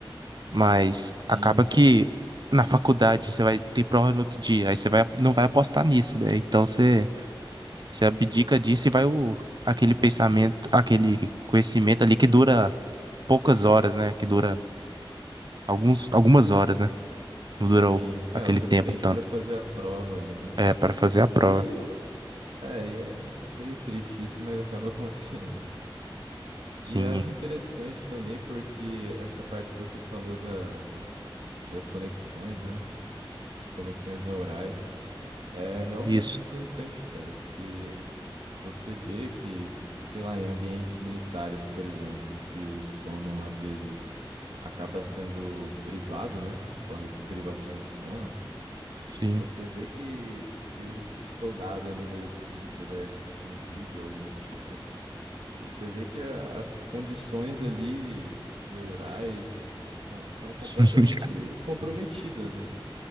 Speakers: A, on the right; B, on the right.
A: Mas
B: Sim,
A: acaba
B: sim.
A: que na faculdade você vai ter prova no outro dia, aí você vai, não vai apostar nisso, né? Então você, você abdica disso e vai o, aquele pensamento, aquele conhecimento ali que dura. poucas horas, né? Que dura alguns, algumas horas, né? Não durou
B: Sim.
A: aquele
B: É o suficiente
A: tempo tanto.
B: para fazer a prova ali, né?
A: É, para fazer a prova.
B: E é, e é meio triste isso, mas acaba <laughs> acontecendo.
A: Sim,
B: E eu acho interessante também porque essa parte que você falou da, das conexões, né? As conexões neurais é realmente
A: isso.
B: importante, cara, porque você vê que, sei lá, em ambientes militares, por exemplo, que o sono às vezes acaba sendo privado, né? Corre privação de sono.
A: Sim.
B: Você vê que, que o soldado ali no YouTube, você vai assistir um vídeo, algo do tipo. Você vê que a- as condições ali neurais são tão completamente
A: <laughs>
B: comprometidas, né?